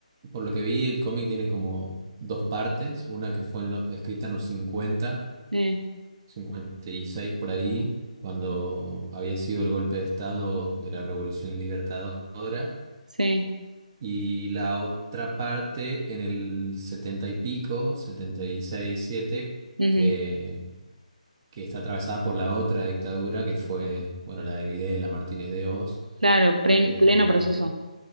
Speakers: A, on the right; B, on the right.
A: por lo que vi, el cómic tiene como dos partes. Una que fue en lo- escrita en los cincuenta
B: Eh,
A: cincuenta y seis por ahí, cuando había sido el golpe de estado de la Revolución Libertadora.
B: sí.
A: Y la otra parte en el 70 y pico, setenta y seis siete
B: Ujú,
A: que, que está atravesada por la otra dictadura que fue, bueno, la de Videla, Martínez de Oz,
B: Claro, plen-
A: eh,
B: pleno
A: Galtier-
B: proceso.